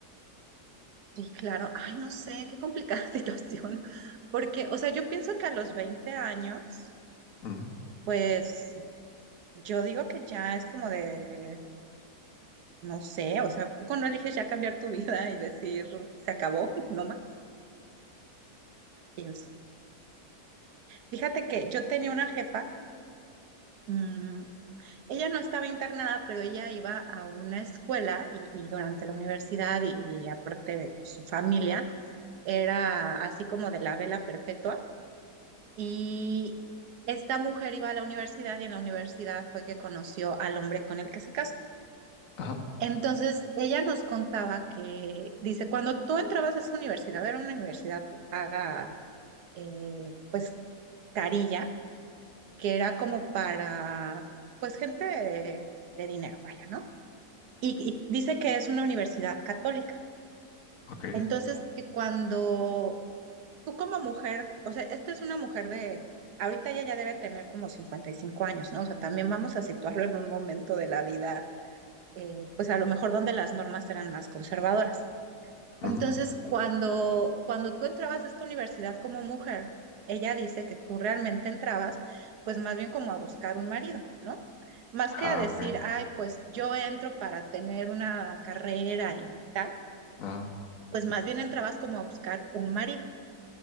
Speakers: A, on the right; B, on the left.
A: sí, claro, ay, no sé, qué complicada <laughs> situación, porque, o sea, yo pienso que a los 20 años,
B: Ujú,
A: pues yo digo que ya es como de, no sé, o sea, tú cuando eliges ya cambiar tu vida y decir, se acabó, <laughs> ¿no? más. pienso. Fíjate que yo tenía una jefa, mm, ella no estaba internada, pero ella iba a una escuela y, y durante la universidad y, y aparte de su familia, era así como de la vela perpetua. Y esta mujer iba a la universidad y en la universidad fue que conoció al hombre con el que se casó.
B: Ajá,
A: Entonces, ella nos contaba que, dice, cuando tú entrabas a esa universidad, era una universidad paga, eh, pues, carilla que era como para, pues, gente de, de dinero, vaya, ¿no? Y, y dice que es una universidad católica.
B: ok.
A: Entonces, que cuando tú como mujer, o sea, esta es una mujer de, ahorita ella ya debe tener como 55 años, ¿no? O sea, también vamos a situarlo en un momento de la vida, eh, pues a lo mejor donde las normas eran más conservadoras.
B: ujú,
A: Entonces, cuando, cuando tú entrabas a esta universidad como mujer, ella dice que tú realmente entrabas, pues más bien como a buscar un marido, ¿no? Más que
B: Ah,
A: a decir,
B: ok.
A: ay, pues yo entro para tener una carrera y tal,
B: Ajá,
A: pues más bien entrabas como a buscar un marido.